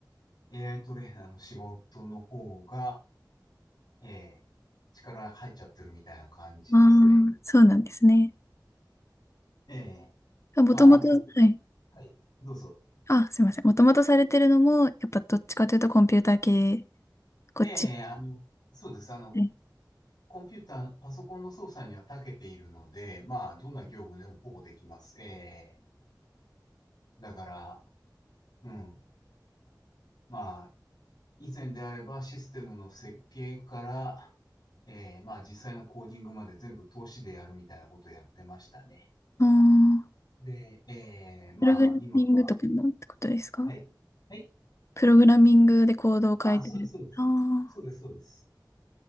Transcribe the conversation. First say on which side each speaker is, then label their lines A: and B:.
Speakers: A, on the left; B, on the left.
A: ー、AI トレーナーの仕事の方が、えー、力入っちゃってるみたいな感じですね。
B: ああそうなんですね。
A: えー、
B: もともと、
A: まああと、
B: はい。
A: はい、どうぞ。
B: あ、すいません。もともとされてるのも、やっぱどっちかというとコンピューター系、こっち。
A: ええあの、そうです。あの、
B: はい
A: コンピューター、パソコンの操作には長けているので、まあどんな業務でもほぼできます。ええだから、うん。まあ、以前であればシステムの設計から、えーまあ実際のコーディングまで全部投資でやるみたいなことをやってましたね。
B: ああ、
A: で、えーまあ今は、
B: プログラミングとかのってことですか
A: はい。はい。
B: プログラミングでコードを書いてる。
A: ああ、そうです、そうです。
B: あ
A: そうです、
B: あ、
A: そうです。